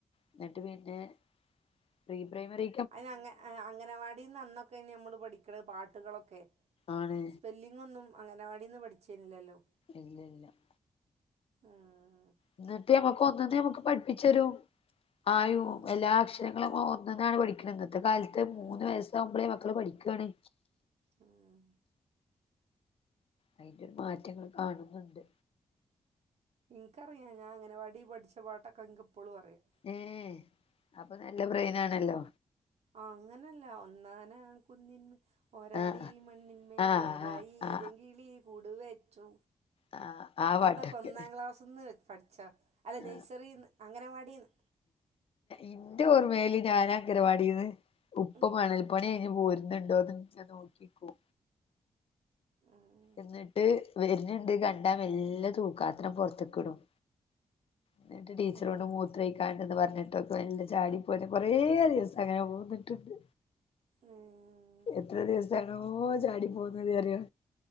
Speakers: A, on the left (about 55°); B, on the right (about 75°).
A: ഇന്നെട്ട് പിന്നെ പ്രീ പ്രൈമറി
B: അയിന് അംഗ അംഗനവാടീന്ന് അന്നൊക്കെ നമ്മള് പഠിക്ക്ണത് പാട്ടുകളൊക്കെ
A: ആണ്
B: സ്പെല്ലിംഗൊന്നും അംഗനവാടീന്ന് പഠിച്ചേല്ലല്ലോ?
A: ഇല്ല ഇല്ല ഇല്ല
B: ഉം
A: ഇന്നെട്ട് ഞ്ഞമ്മക്ക് ഒന്നിന്ന് നമ്മക്ക് പഠിപ്പിച്ച് തരും
B: ഉം
A: ആയും എല്ലാ അക്ഷ രങ്ങളും നമ്മള് ഒന്ന്ന്നാണ് പഠിക്കുന്നത് ഇന്നത്തെ കാലത്ത് മൂന്ന്
B: ഉം
A: വയസ്സാകുമ്പളേ മക്കള് പഠിക്കാണ്.
B: ഉം
A: അയിന്റൊരു മാറ്റങ്ങള് കാണുന്നുണ്ട്.
B: ഇൻക്കറിയാ ഞാൻ അംഗനവാടി പഠിച്ച പാട്ടൊക്കെ ഇൻക്ക് ഇപ്പളും അറിയാ
A: ഏഹേ അപ്പൊ നല്ല ബ്രെയിനാണല്ലോ?
B: അങ്ങനല്ല ഒന്നാനാം കുന്നിന്മേൽ ഓരാടീ
A: ആ
B: മണ്ണിന്മേൽ
A: ആ
B: ഓരായീ
A: ആ ആ
B: പൈങ്കിളി കൂടു വെച്ചു
A: ആ ആ പാട്ടൊക്കെ
B: അതൊക്കെ ഒന്നാം ക്ലാസ് ന്ന് പഠിച്ച അല്ല
A: ആ
B: നെയ്സറീന്ന് അംഗനവാടീന്ന്.
A: ഇന്റെ ഓർമേല് ഞാന് അങ്കണവാടീന്ന്. ഉപ്പ
B: ഉം
A: മണൽ പണി കഴിഞ്ഞ് പോരുന്നുണ്ടോന്ന് ഇങ്ങനെ നോക്കിക്കും.
B: ഉം
A: എന്നിട്ട് വര്ന്ണ്ട് കണ്ടാ മെല്ല തൂക്ക്‌ പാത്രം പൊർത്ത്ക്ക് ഇടും. എന്നിട്ട് ടീച്ചറോട്
B: ആഹ്
A: മൂത്രയ്ക്കാണ്ടന്ന് പറഞ്ഞിട്ടൊക്കെ മെല്ലെ ചാടി പോരും കൊറേ ദിവസം അങ്ങനെ പോന്നിട്ടുണ്ട്.
B: ഉം
A: എത്ര ദിവസാണോ ചാടി പോന്നത് അറിയോ.